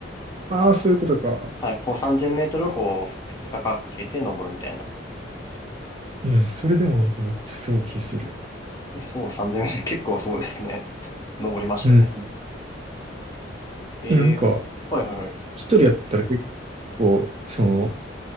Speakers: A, on the right; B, on the left.
A: ああ、そういうことか。
B: はい、こう3000メートルをこう、二日かかけて登るみたいな。
A: え、でもそれでもなんかめっちゃすごい気する。
B: そう、3000メートル、結構そうですね。登りましたね。
A: うん。
B: えーはいはいはい。
A: え、なんか、一人やったら結構、その、